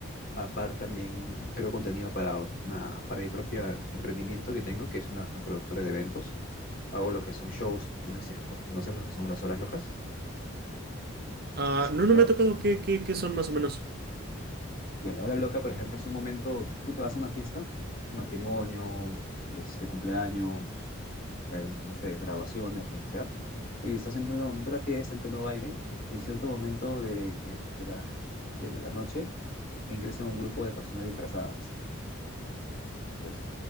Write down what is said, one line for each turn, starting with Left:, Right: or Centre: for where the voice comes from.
Left: Aparte también creo contenido para una, para mi propio emprendimiento que tengo, que es una productora de eventos. Hago lo que son shows, no sé si es- conoces lo que son las horas locas.
Right: Ah,
Left: ¿Has
Right: no,
Left: escuchado?
Right: no me ha tocado qué, qué, qué son más o menos.
Left: Y a la hora loca, por ejemplo, es un momento, tú te vas a una fiesta, matrimonio, este, cumpleaños, pues, no sé, graduaciones, lo que sea, y estás en pleno momento de la fiesta, en pleno baile, y en cierto momento de, de la, de la noche ingresa un grupo de personas disfrazadas. Entonces,